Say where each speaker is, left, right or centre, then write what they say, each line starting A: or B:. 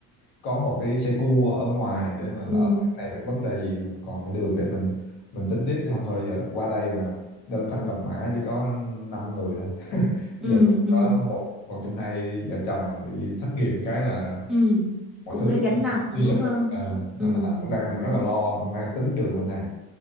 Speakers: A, on the left; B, in the centre.
A: có một cái xe cua ở ngoài để mà lỡ
B: ừ
A: cái này nó có vấn đề gì mình còn cái đường để mình mình tính tiếp chứ không thôi giờ qua đây mà đơn thân độc mã chỉ có 5 người thôi <laughs>
B: ừ
A: bây giờ
B: ừ
A: có một một trong hai vợ chồng mà bị thất nghiệp cái là
B: ừ
A: mọi
B: cũng
A: thứ
B: cái
A: nó
B: gánh nặng
A: suy sụp
B: đúng
A: rồi
B: không
A: à,
B: ừ
A: nên là anh cũng đang
B: đó
A: rất là lo cũng hay tính đường bên này